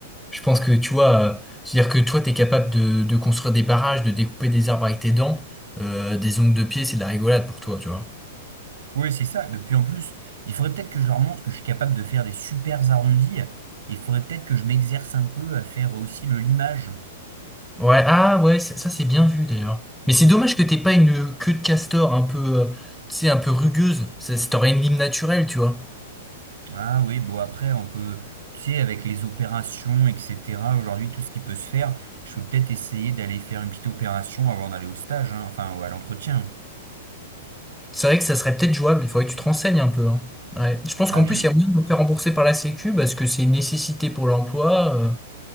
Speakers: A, in the centre; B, on the right.
A: je pense que tu vois, euh, c'est-à-dire que toi, t'es capable de, de construire des barrages, de découper des arbres avec tes dents, euh, des ongles de pied, c'est de la rigolade pour toi, tu vois.
B: Oui, c'est ça. Et puis en plus, il faudrait peut-être que je leur montre que je suis capable de faire des super arrondis. Il faudrait peut-être que je m'exerce un peu à faire aussi le limage.
A: Ouais, ah ouais, c'est- ça c'est bien vu d'ailleurs. Mais c'est dommage que t'aies pas une queue de castor un peu, euh, tu sais, un peu rugueuse. Ça, ça t'aurait une lime naturelle, tu vois.
B: Ah oui, bon après on peut, tu sais, avec les opérations, etc. Aujourd'hui, tout ce qui peut se faire, je peux peut-être essayer d'aller faire une petite opération avant d'aller au stage, hein, enfin ou à l'entretien.
A: C'est vrai que ça serait peut-être jouable, il faudrait que tu te renseignes un peu, hein. Ouais. Je pense
B: Bah,
A: qu'en
B: je...
A: plus, il y a moyen de me faire rembourser par la Sécu parce que c'est une nécessité pour l'emploi. euh.